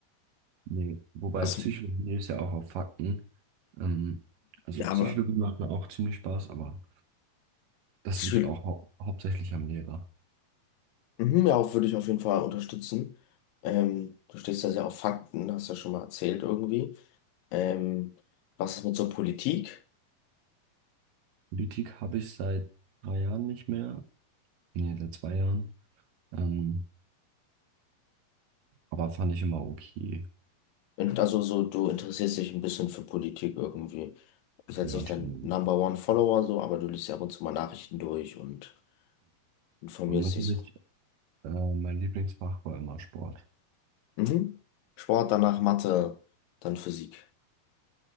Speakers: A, on the right; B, on the left.
A: Nee, wobei
B: Was?
A: Psychologie ist ja auch auf Fakten. Ähm, also,
B: Ja,
A: Psychologie
B: aber
A: macht mir auch ziemlich Spaß, aber das
B: Psy
A: liegt auch hau hauptsächlich am Lehrer.
B: mhm, ja, auch würde ich auf jeden Fall unterstützen. Ähm, du stehst ja sehr auf Fakten, hast ja schon mal erzählt irgendwie. Ähm, was ist mit so Politik?
A: Politik habe ich seit drei Jahren nicht mehr. Nee, seit zwei Jahren. Ähm, aber fand ich immer okay.
B: Und also so, so, du interessierst dich ein bisschen für Politik irgendwie. Du bist jetzt
A: Ja,
B: nicht
A: schon.
B: dein Number One Follower so, aber du liest ja ab und zu mal Nachrichten durch und informierst
A: Und natürlich,
B: dich so.
A: äh, mein Lieblingsfach war immer Sport.
B: Mhm. Sport, danach Mathe, dann Physik.